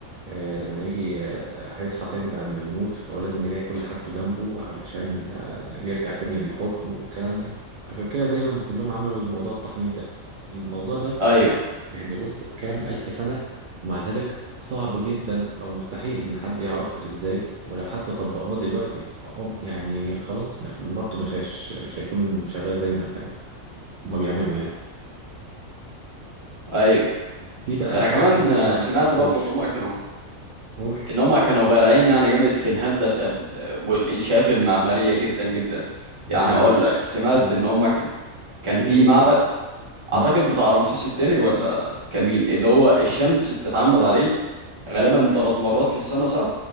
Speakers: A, on the right; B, on the right.
A: آه لما يجي آه هيصحى تاني بعد ما يموت فهو لازم يلاقي كل حاجته جنبه علشان آه يرجع تاني للحكم والكلام ده عشان كده دايما كلهم عملوا الموضوع التحنيط ده الموضوع ده
B: ايوه
A: يعني بص كام ألف سنة ومع ذلك صعب جدا أو مستحيل إن حد يعرفه إزاي ولو حتى طبقناه دلوقتي هم- يعني خلاص مش- برضه مش هيش مش هيكون شغال زي ما كان هما بيعملوا يعني
B: ايوه
A: في بقى
B: ده انا
A: حاجات
B: كمان
A: تانية
B: آه، سمعت برضو
A: قول
B: ان هم كانوا
A: قول
B: ان هم كانوا بارعين يعني جامد في الهندسه ال- والانشاءات المعماريه جدا جدا
A: ما
B: يعني
A: أقولكش
B: اقول لك سمعت
A: مم.
B: ان هم كان كان
A: قول
B: في معبد
A: قول
B: اعتقد بتاع رمسيس الثاني ولا كان مين اللي هو الشمس بتتعمد عليه غالبا ثلاث مرات في السنة صح؟